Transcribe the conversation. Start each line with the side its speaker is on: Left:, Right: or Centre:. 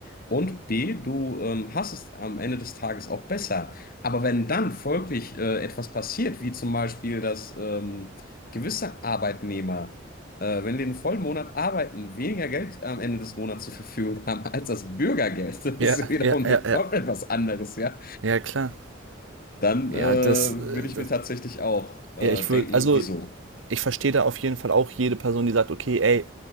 Left: Und B, du ähm, hast es am Ende des Tages auch besser. Aber wenn dann folglich äh, etwas passiert, wie zum Beispiel, dass ähm, gewisse Arbeitnehmer äh, wenn die den vollen Monat arbeiten, weniger Geld am Ende des Monats zur Verfügung haben <laughs> als das Bürgergeld, <laughs> das
Right: Ja,
Left: ist wiederum
Right: Ja, ja, ja.
Left: komplett was anderes, ja,
Right: Ja, klar.
Left: dann
Right: Ja,
Left: äh, würde
Right: das, äh,
Left: ich
Right: das
Left: mir tatsächlich auch äh,
Right: ja, ich
Left: denken,
Right: würde, also,
Left: wieso?
Right: ich verstehe da auf jeden Fall auch jede Person, die sagt, okay, ey,